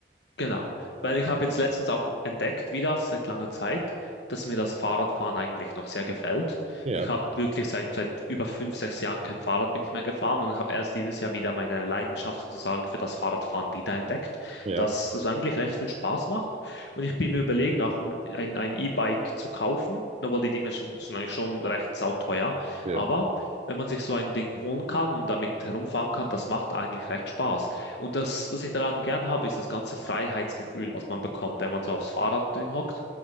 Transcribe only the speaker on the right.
Ja,
ja,
ja.